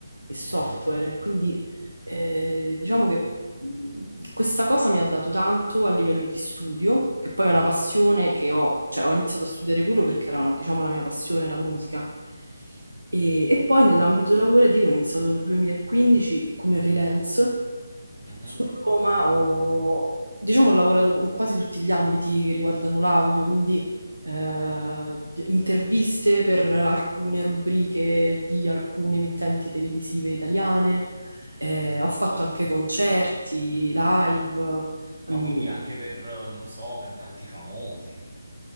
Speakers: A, on the right (about 85°); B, on the right (about 55°).
A: e software.
B: Mhm,
A: Quindi eh, diciamo che questa cosa mi ha dato tanto a livello di studio, che poi è una passione che ho, cioè ho iniziato a studiare quello perché era, diciamo, la mia passione, la musica. E, e poi nell'ambito lavorativo ho iniziato nel 2015 come freelance
B: mhm.
A: su Roma ho, diciamo, ho lavorato in quasi tutti gli ambiti che riguardano l'audio, quindi eh, interviste per alcune rubriche di alcune emittenti televisive italiane, eh, ho fatto
B: Ottimo.
A: anche concerti, live,
B: Ma
A: mm,
B: quindi anche per, eh, non so, cantanti famosi.